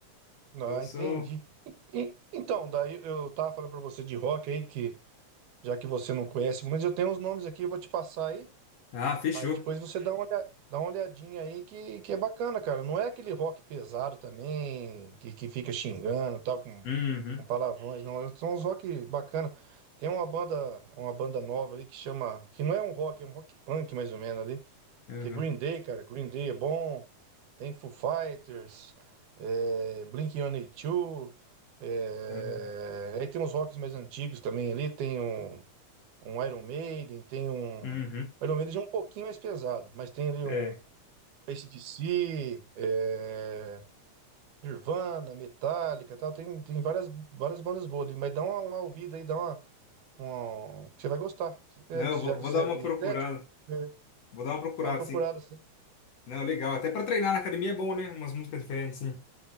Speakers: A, on the left; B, on the right.
A: Então
B: ah,
A: eu sou...
B: entendi. E- e- Então, daí eu tava falando pra você de rock aí, que já que você não conhece muito, eu tenho uns nomes aqui, eu vou te passar aí.
A: Ah, fechou.
B: Aí depois você dá uma, olha- dá uma olhadinha aí que, que é bacana, cara. Não é aquele rock pesado também, que, que fica xingando, e tal, com,
A: Uhum,
B: com palavrões, não. São uns rock bacana. Tem uma banda, uma banda nova ali que chama, que não é um rock, é um rock punk mais ou menos ali.
A: uhum,
B: Que Green Day, cara, Green Day é bom, tem Foo Fighters, é, Blink-182, é,
A: uhum,
B: aí tem uns rocks mais antigos também ali, tem um, um Iron Maiden, tem um...
A: uhum,
B: Iron Maiden já é um pouquinho mais pesado, mas tem ali
A: é.
B: um AC/DC, é, Nirvana, Metallica, tal, tem, tem várias, várias bandas boas ali, mas dá uma, uma ouvida aí, dá uma... uma- que você vai gostar, é,
A: Não,
B: que
A: eu vou,
B: já que
A: vou
B: você
A: dar
B: é
A: uma
B: bem
A: procurada.
B: eclético, é,
A: Vou dar uma procurada,
B: dá uma procurada,
A: assim.
B: assim.
A: Não, legal. Até pra treinar na academia é bom, né? Umas músicas diferentes, sim.